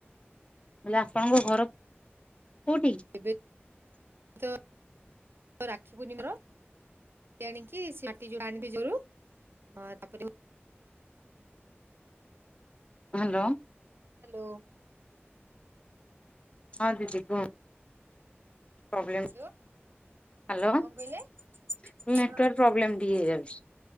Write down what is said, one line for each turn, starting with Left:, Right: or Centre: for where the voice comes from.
Left: ମୁ କଲି ଆପଣଙ୍କ ଘର କୋଉଠି?
Right: <unintelligible> ରାକ୍ଷିପୁନିମାର। <unintelligible>
Left: ହାଲୋ।
Right: ହ୍ୟାଲୋ।
Left: ହଁ ଦିଦୀ କୁହ ପ୍ରୋବ୍ଲେମ୍
Right: ହ୍ୟାଲୋ
Left: ହାଲୋ
Right: କଣ
Left: ନେଟିୱାର୍କ
Right: କହିଲେ ହଁ
Left: ପ୍ରୋବ୍ଲେମ୍ ଟିକେ ହେଇଯାଉଚି।